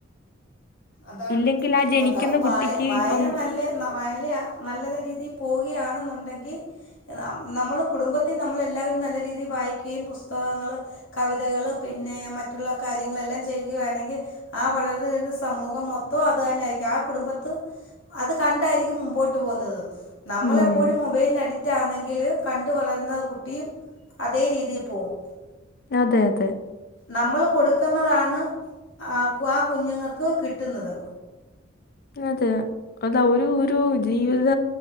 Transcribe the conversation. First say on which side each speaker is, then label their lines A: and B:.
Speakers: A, on the left; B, on the left.
A: അതാണ്.
B: ഇല്ലെങ്കിൽ ആ ജനിക്കുന്ന
A: അതാ വായ
B: കുട്ടിക്ക്
A: വായന
B: ഇപ്പം
A: നല്ലേ <unintelligible> നല്ല രീതിയിൽ പോവുകയാണെന്നുണ്ടെങ്കി നമ്മള് കുടുംബത്തി നമ്മളെല്ലാവരും നല്ല രീതീ വായിക്കേയും പുസ്തകങ്ങള് കവിതകള് പിന്നെ മറ്റുള്ള കാര്യങ്ങളെല്ലാം ചെയ്യുകയാണെങ്കി ആ വളർന്ന് വരുന്നസ് സമൂഹം മൊത്തം അത് തന്നെയിരിക്കും ആ കുടുംബത്ത് അത് കണ്ടായിരിക്കും മുമ്പോട്ട് പോകുന്നത് നമ്മളെപ്
B: ഉം
A: ഒര് മൊബൈല്ന് അഡിക്റ്റ ആണെങ്കില് കണ്ട് വളരുന്ന കുട്ടിയും അതേ രീതിയിൽ പോവും.
B: അതെ അതെ
A: നമ്മൾ കൊടുക്കുന്നതാണ് ആഹ് ആഹ് കുഞ്ഞുങ്ങക്ക് കിട്ടുന്നത്
B: അതെ അതാ ഒരു ഒരു ജീവിത.